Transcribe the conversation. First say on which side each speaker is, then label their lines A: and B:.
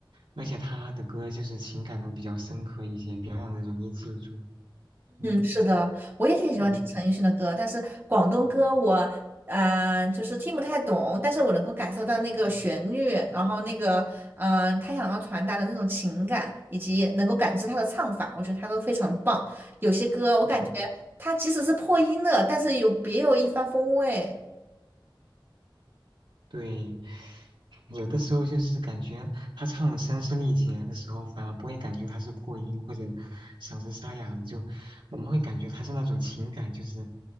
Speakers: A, on the right; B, on the right.
A: 而且他的歌就是情感都比较深刻一些，比较让人容易记住。嗯
B: 是的，我也挺喜欢听陈奕迅的歌，
A: 嗯
B: 但是广东歌我呃就是听不太懂，
A: 嗯
B: 但是我能够感受到那个旋律，
A: 嗯，
B: 然后那个嗯、呃他想要传达的那种情感，以及能够感知他的唱法，我觉得他都非常棒。有些歌我感觉他即使是破音了，
A: 对。
B: 但是有别有一番风味。
A: 对，有的时候就是感觉他唱的声嘶力竭的时候，反而不会感觉他是破音或者嗓子沙哑了，就我们会感觉他是那种情感就是